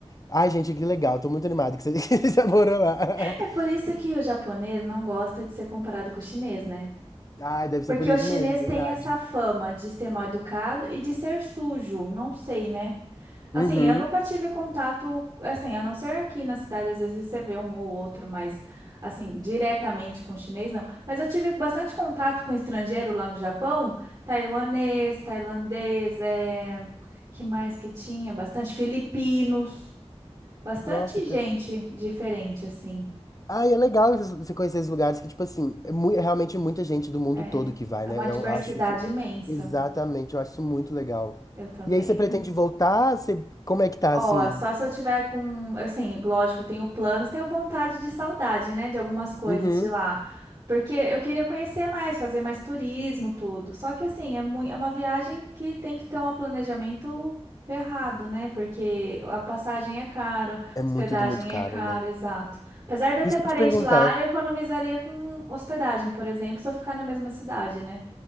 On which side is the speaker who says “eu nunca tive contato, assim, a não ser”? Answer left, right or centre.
Right